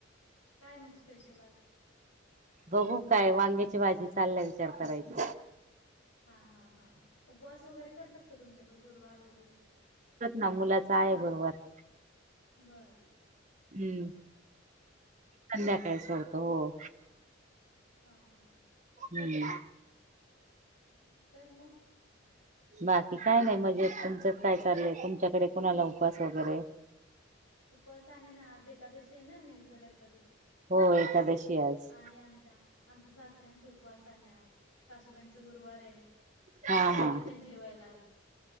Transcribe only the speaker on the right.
बघू काय वांग्याची भाजी चालल्या विचार करायची.
ना मुलाच आहे गुरूवार.
हम्म संध्याकाय सडत हो
हम्म
बाकी काय नाही मजेत तुमचच काय चाललंय तुमच्याकडे कुणाला उपवास वगैरे.
हो एकादशी आज
हा
हा